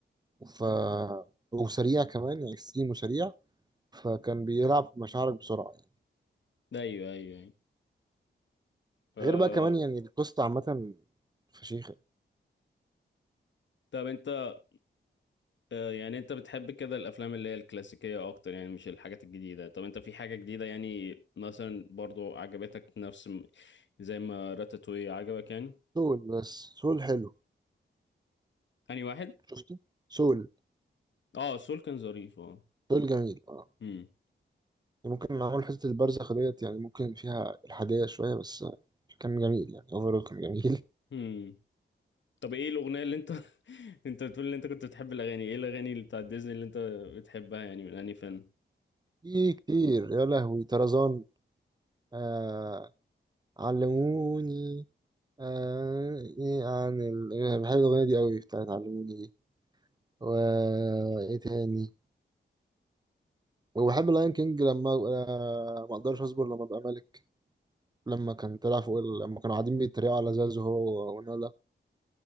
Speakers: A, on the right; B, on the left.
A: ف... وسريع كمان يعني إكستريم وسريع فكان بيلعب بمشاعرك بسرعة يعني
B: ده ايوه ايوه يعني آه...
A: غير بقى كمان يعني القصة عامة فشيخة
B: طب انت آه يعني انت بتحب كده الافلام اللي هي الكلاسيكية اكتر يعني مش الحاجات الجديدة طب انت في حاجة جديدة يعني مثلا برضو عجبتك نفس م... زي ما راتاتوي عجبك يعني
A: سول بس سول حلو
B: انهي واحد
A: شفته سول
B: اه سول كان ظريف اه
A: سول جميل اه
B: امم
A: يعني ممكن معمول حتة البرزخ ديت يعني ممكن فيها الحادية شوية بس كان جميل يعني اوفرول كان جميل
B: امم طب ايه الاغنية اللي انت <laughs> انت بتقول ان انت كنت بتحب الاغاني ايه الاغاني اللي بتاعت ديزني اللي انت بتحبها يعني من انهي فيلم
A: <laughs> في كتير يا لهوي طرزان آه علموني آه إيه عن ال... بحب الأغنية دي قوي بتاعت علموني دي و ايه تاني وبحب اللاين كينج لما آه ما اقدرش اصبر لما ابقى ملك لما كان طلع فوق ال... لما كانوا قاعدين بيتريقوا على زازو هو ونولا